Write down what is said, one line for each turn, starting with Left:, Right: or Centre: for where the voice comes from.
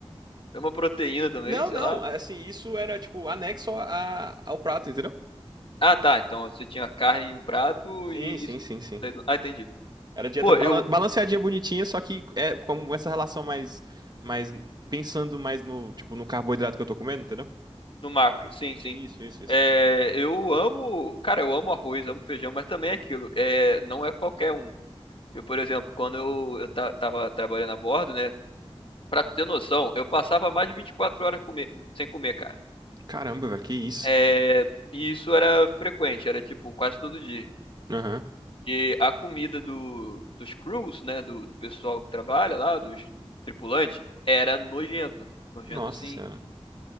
Left: sem uma proteína também,
Right: Não,
Left: sei
Right: não,
Left: lá.
Right: assim, isso era, tipo, anexo a- a- ao prato, entendeu?
Left: Ah, tá, então você tinha carne em um prato
Right: Sim,
Left: e
Right: sim,
Left: isso.
Right: sim, sim.
Left: Ah, entendi.
Right: Era dieta
Left: Pô,
Right: balan-
Left: eu,
Right: balanceadinha, bonitinha, só que é como essa relação mais, mais pensando mais no, tipo, no carboidrato que eu tô comendo, entendeu?
Left: No macro, sim, sim.
Right: Isso, isso, isso.
Left: É, eu amo, cara, eu amo arroz, amo feijão, mas também é aquilo, é, não é qualquer um. Eu, por exemplo, quando eu, eu ta- tava trabalhando a bordo, né, pra tu ter noção, eu passava mais de 24 horas comer- sem comer, cara.
Right: Caramba, velho, que isso?
Left: É, e isso era frequente, era tipo quase todo dia.
Right: Aham.
Left: E a comida do, dos crews, né, do, do pessoal que trabalha lá, dos tripulantes, era nojenta. Nojenta,
Right: Nossa
Left: assim,
Right: senhora.